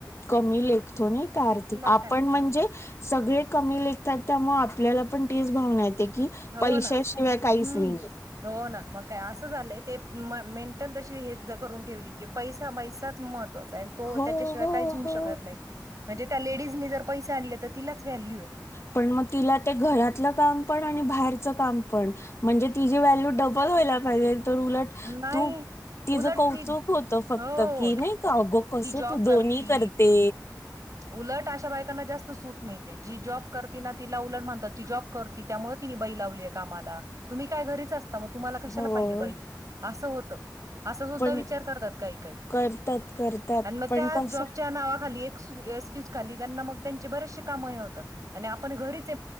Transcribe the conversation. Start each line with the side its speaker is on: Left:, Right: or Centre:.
Left: कमी लेखतो ना कार्थिक
Right: मग
Left: आपण
Right: काय
Left: म्हणजे सगळे कमी लेखतात त्यामुळे आपल्याला पण तीच भावना येते. की
Right: हो
Left: पैशाशिवाय
Right: ना!
Left: काहीच
Right: हम्म!
Left: नाही
Right: हो ना मग काय असं झालंय ते मा मेंटल तशी हे करून ठेवली की पैसा पैसाच मत महत्वाचा हाय आणि तो
Left: हो
Right: त्याच्याशिवाय
Left: हो
Right: काहीच होऊ
Left: हो
Right: शक नाही म्हणजे त्या लेडीजनी जर पैसे आणले तर तिलाच व्हॅल्यू हय
Left: पण मग तिला ते घरातलं काम पण आणि बाहेरच काम पण म्हणजे तीझी व्हॅल्यू डब्बल व्हायला पाहिजे तर उलट
Right: नाही
Left: तू तिच
Right: उलट
Left: कौतुक
Right: ती
Left: होतं फक्त
Right: हो
Left: की नही का कस
Right: ती जॉब
Left: तू दोन्ही
Right: करती
Left: करते
Right: उलट अशा बायकांना जास्त सूट मिळते. जी जॉब करते ना तिला उलट म्हणतात ती जॉब करती त्यामुळं ती बई लावलीय कामाला तुम्ही काय घरीच अस या मग तुम्हाला कशाला
Left: हो
Right: पाहिजे बाई? असं होतं. असं सुद्धा
Left: पण
Right: विचार करतात काही काही.
Left: करतात करतात
Right: आणि मग
Left: पण
Right: त्या
Left: कस
Right: जॉबच्या नावाखाली एक सु येव्यस्थित खाली त्यांना मग त्यांची बरेचशी काम हे होतात आणि आपण घरी